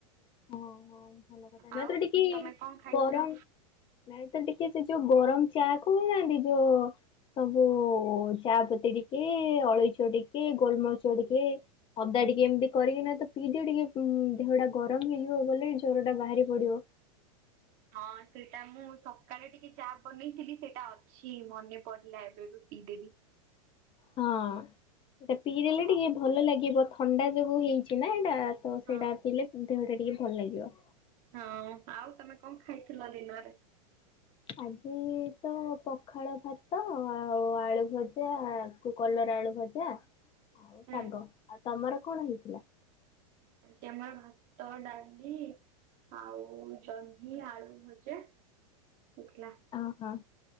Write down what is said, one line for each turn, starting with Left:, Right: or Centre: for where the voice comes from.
Left: ହଁ-ହଁ ଭଲ କଥା
Right: ଆଉ
Left: ଯଦି ଟିକେ
Right: ତମେ କଣ ଖାଇଥିଲ?
Left: ଗରମ, ନାଇଁ ତ ଟିକେ ସେ ଯୋଉ ଗରମ ଚା କହୁନାହାନ୍ତି ଯୋଉ ସବୁ, ହଉ ଚା ପତି ଟିକେ ଅଳେଇଚ ଟିକେ ଗୋଲମରିଚ ଟିକେ, ଅଦା ଟିକେ ଏମିତି କରିକି ନା ତ ପିଦଅ ଟିକେ ଉଁ ଦେହ ଟା ଗରମ ହେଇଯିବ ବୋଲି ଜ୍ୱର ଟା ବାହାରି ପଡ଼ିବ,
Right: ହଁ ସେଇଟା ମୁଁ ସକାଳେ ଟିକେ ଚା ବନେଇଥିଲି ସେଇଟା ଅ ଛି ମନେ ପଡ଼ିଲା ଏବେ-ଏବେ ପିଇଦେବି,
Left: ହଁ ଏଟା ପିଇଦଲେ
Right: ହଁ
Left: ଟିକେ ଭଲ ଲାଗିବ ଥଣ୍ଡା ଯୋଗୁ ହେଇଛି ନା ଏଇଟା, ତ ସେଇଟା
Right: ହଁ
Left: ଥିଲେ ଦେହଟା ଟିକେ ଭଲ ଲାଗିଜିବ।
Right: ହଁ ଆଉ ତମେ କଁ ଖାଇଥିଲ ଦିନରେ?
Left: ଆଜି ତ ପଖାଳ ଭାତ ଆଉ ଆଳୁ ଭଜା ଆ, କୁ କଲରା ଆଳୁ ଭଜା ଆଉ ଶାଗ
Right: ହୁଁ।
Left: ଆଉ ତମର କଣ ହେଇଥିଲା?
Right: ଆଜି ଆମର ଭାତ ଡାଲି, ଆଉ ଜହ୍ନି ଆଳୁ ଭଜା ହେଇଥିଲା,
Left: ହଁ-ହଁ